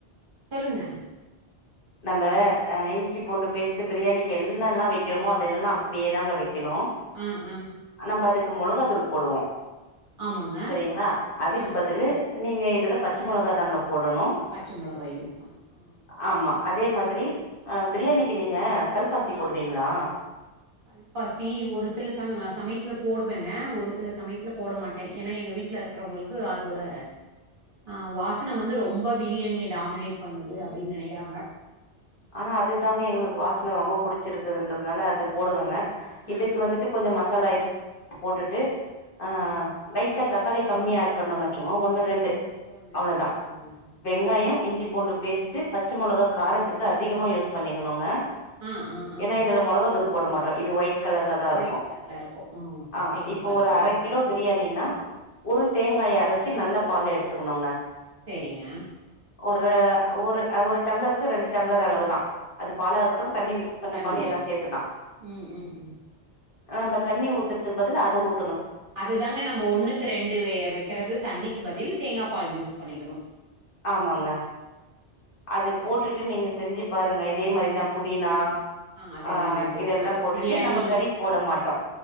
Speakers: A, on the right; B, on the left.
A: சொல்லுங்க
B: நம்ம ஆ இஞ்சி பூண்டு பேஸ்ட் பிரியாணிக்கு எல்லால்லா வைக்கிறமோ அதெல்லா அப்டியே தாங்க வைக் கணு
A: ஆ ஆ
B: நம்ம அதுக்கு மொளகா தூள் போடுவோ
A: ஆமாங்க
B: சரிங்களா அதுக்கு
A: ஆ
B: பதில்லு நீங்க இதுல பச்ச மெளகா தாங்க போடணு
A: பச்ச மளகா யூஸ் பண்ணணு ஆ
B: ஆமா
A: சரிங்க
B: அதே மாதிரி அ பிரியாணிக்கு
A: ம்
B: நீங்க கல்பாசி
A: ஆ
B: போடுவீங்களா
A: கல்பாசி ஒரு சில சம் சமயத்துல போடுவேங்க ஒரு சில சமயத்துல போட மாட்டே ஏன்னா எங்க வீட்ல இருக்கிறவங்களுக்கு அதோட ஆ வாசன வந்து ரொம்ப பிரியாணிய டாமினேட் பண்ணுது அப்டின்னு நெனக்கிறாங்க
B: ஆனா அதுதாங்க எங்களுக்கு வாசன ரொம்ப புடிச்சிருக்குதுன்றதுனால அது போடுவேங்க
A: ஆ
B: இதுக்கு
A: ஆ
B: வந்துட்டு கொஞ்சோ மசாலா ஐ போட்டுட்டு ஆ லை ட்டா தக்காளி கம்மியா ஆட் பண்ணுங்க சும்மா ஒண்ணு ரெண்டு
A: ஒண்ணு
B: அவ்ளோதா
A: ரெண்டு ஆஹா
B: வெங்காயொ இஞ்சி பூண்டு பேஸ்ட்டு பச்ச மெளகா காரத்துக்கு அதிகமா யூஸ் பண்ணிக்கணுங்க
A: ஆ ஆ ஆ
B: ஏன்னா இதுல மொளகா தூள் போட மாட்டோ இது ஒயிட் கலர்ல தா இருக்கு
A: ஒயிட் கலர்ல இருக்கு ம்
B: ஆ
A: தேங்கா
B: இப்போ
A: பால்
B: ஒரு
A: கலர்க்கே
B: அர கிலோ
A: வரணு
B: பிரியாணின்னா ஒரு
A: ம்
B: தேங்காய
A: ம்
B: அரச்சு நல்லா பால் எடுத்துக்கணுங்க
A: சேரிங்க
B: ஒரு ஒரு ஒரு டம்ளருக்கு ரெண்டு டம்ளர் அளவு தா அது பாலா இருக்கட்டு தண்ணி மிக்ஸ் பண்ணப்பாலு
A: தண்ணி
B: எல்லா
A: மிக்ஸ்
B: சேத்துதா
A: பண்ண ம் ம் ம்
B: ஆ ப தண்ணி ஊத்துறதுக்கு பதில் அத ஊ
A: அது தாங்க நம்ப ஒண்ணுக்கு ரெண்டு வெ வைக்குறது தண்ணிக்கு பதில் தேங்கா பால் யூஸ் பண்ணிக்கணு
B: ஆமாங்க அது
A: சரிங்க.
B: போட்டுட்டு நீங்க செஞ்சு பாருங்க இதே மாதிரிதா புதினா
A: அது
B: ஆ
A: எல்லாமே
B: இதெல்லா போட்டுட்டு
A: பிரியாணி
B: நம்ம கறி போட மாட்டோ